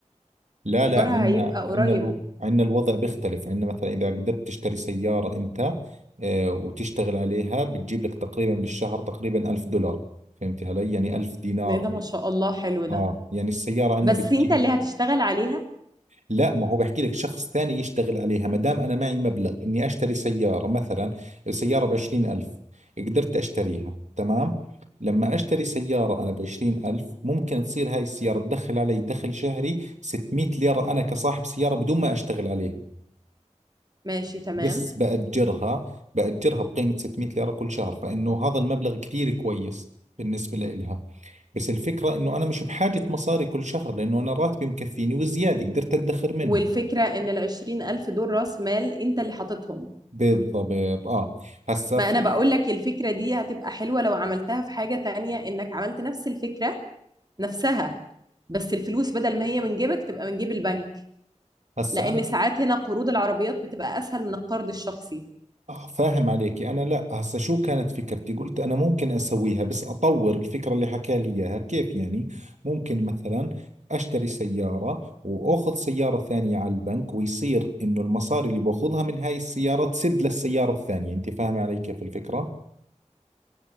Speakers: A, on the right (about 70°); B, on the right (about 35°).
A: لا
B: ايجارها
A: لا عندنا
B: هيبقى قريب
A: عندنا الو... عندنا الوضع بيختلف عندنا مثلا إذا قدرت تشتري سيارة أنت آه، وتشتغل عليها بتجيب لك تقريبا بالشهر تقريبا 1000 دولار فهمتي علي يعني 1000 دينار
B: إيه ده ما شاء الله حلو ده
A: اه يعني السيارة عندنا
B: بس
A: بتجيب
B: انت اللي هتشتغل عليها
A: لا ما هو بحكي لك شخص ثاني يشتغل عليها ما دام أنا معي مبلغ إني أشتري سيارة مثلا السيارة بعشرين ألف قدرت أشتريها تمام لما أشتري سيارة أنا بعشرين ألف ممكن تصير هاي السيارة تدخل علي دخل شهري 600 ليرة أنا كصاحب سيارة بدون ما أشتغل عليها
B: ماشي تمام
A: بس بأجرها بأجرها بقيمة 600 ليرة كل شهر فإنه هذا المبلغ كثير كويس بالنسبة لإلها بس الفكرة انه انا مش بحاجة مصاري كل شهر لانه انا راتبي مكفيني وزيادة قدرت ادخر منه
B: والفكرة ان العشرين ألف دول راس مال انت اللي حاططهم
A: بالضبط اه هسا
B: ما
A: في
B: انا بقول لك الفكرة دي هتبقى حلوة لو عملتها في حاجة تانية انك عملت نفس الفكرة نفسها بس الفلوس بدل ما هي من جيبك تبقى من جيب البنك
A: هسا
B: لان
A: انا
B: ساعات هنا قروض العربيات بتبقى اسهل من القرض الشخصي
A: آه فاهم عليكي انا لا هسا شو كانت فكرتي قلت انا ممكن اسويها بس اطور الفكرة اللي حكى لي اياها كيف يعني ممكن مثلا اشتري سيارة واخذ سيارة ثانية على البنك ويصير انه المصاري اللي باخذها من هاي السيارة تسد للسيارة الثانية انت فاهم علي كيف الفكرة؟